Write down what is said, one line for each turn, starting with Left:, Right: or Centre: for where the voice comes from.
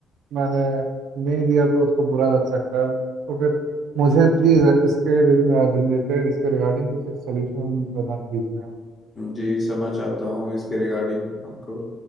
Right: मैंने नहीं दिया तो उसको बुरा लग सकता है तो फिर मुझे प्लीज़ इसके रिलेटेड इसके रिगार्डिंग कुछ एक सोल्यूशन प्रदान कीजिए आप
Left: जी समझ आता हूँ इसके रिगार्डिंग आपको